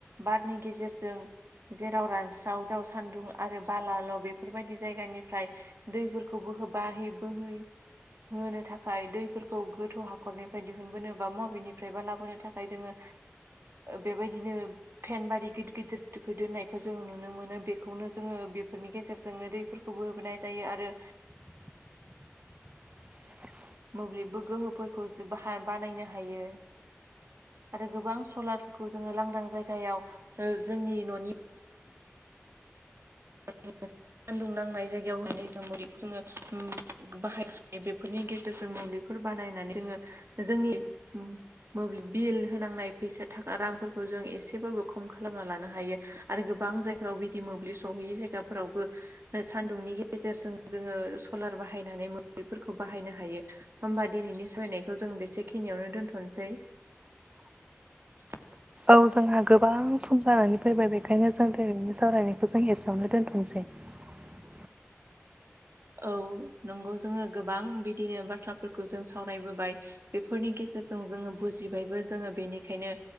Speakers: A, on the right; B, on the right.
A: बारनि गेजेरजों जेराव रानस्राव ज्राव सान्दुं आरो बालाल' बेफोरबायदि जायगानिफ्राय दैफोरखौबो होबा हेबै बोहै होनो थाखाय दैफोरखौ खौ गोथौ हाखरनिफ्राय दिहुनबोनो बा मबेनिफ्राय बा लाबोनो थाखाय जोङो बेबायदिनो फेनबादि गिदिर गिदिर दुखै दोननायखौ जों नुनो मोनो बेखौनो जोङो बेफोरनि गेजेरजोंनो दैफोरखौबो होबोनाय जायो आरो
B: <inaudible> <unintelligible>
A: मोब्लिबबो गोहोफोरखौ ज बाह बानायनो हायो। आरो गोबां सलारफोरखौ जोङो लांदां जायगायाव जोंनि न'नि <unintelligible> <inaudible> सान्दुं नांनाय जायगायावहै जों मुलिखौ जोङो बाहायनो हायो बेफोरनि गेजेरजों मुलि बनानै जो जोंनि मोब्लिब बिल होनांनाय फोयसा थाखा रांफोरखौ जों एसेबाबो खम खालामनो लानो हायो आरो गोबां जायफोराव मोब्लिब सहैयै जायगा। जायगाफोरावबो फोरावबो सान्दुंनि गेजेरजों जोङो सलार बाहायनानै मोब्लिबफोरखौ बाहायनो हायो। होमबा दिनैनि सालायनायखौ जों बेसे खिनियावनो दोनथ'नोसै
B: <inaudible> <unintelligible>
A: <inaudible> <inaudible> <unintelligible>
B: औ जोंहा गोबां सम जानानै फैबाय बेखायनो जों दिनैनि सावरायनायखौ जों एसेयावनो दोनथ'नोसै <inaudible> <unintelligible>
A: औ नंगौ जोङो गोबां बिदिनो बाथ्राफोरखौ जों सावरायबोबाय बेफोरनि गेजेराव जों जोङो बुजिबायबो जोङो बेनिखायनो